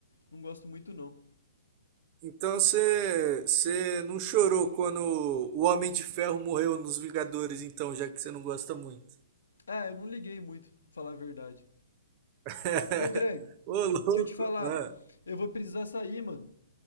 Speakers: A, on the left; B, on the right.
A: não gosto muito não.
B: Então você, você não chorou quando o Homem de Ferro morreu nos Vingadores, então, já que você não gosta muito.
A: Ah, eu não liguei muito, falar a verdade.
B: <laughs>
A: Ô Greg,
B: Ô, louco!
A: deixa eu te falar.
B: Ah,
A: Eu vou precisar sair, mano.